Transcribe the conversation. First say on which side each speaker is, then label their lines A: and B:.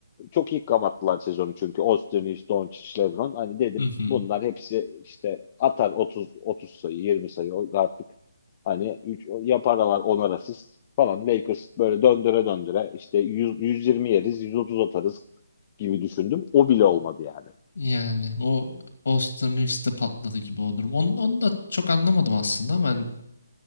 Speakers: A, on the left; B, on the left.
A: çok iyi kapattılar sezonu çünkü Osterniz, Doncic, LeBron hani dedim
B: hı hı.
A: bunlar hepsi işte atar 30 30 sayı, 20 sayı artık hani 3 yaparlar onar asist falan Lakers böyle döndüre döndüre işte 100, 120 yeriz, 130 atarız gibi düşündüm. O bile olmadı yani.
B: Yani o Austin Reeves'te patladı gibi o durum. Onu, onu da çok anlamadım aslında ama hani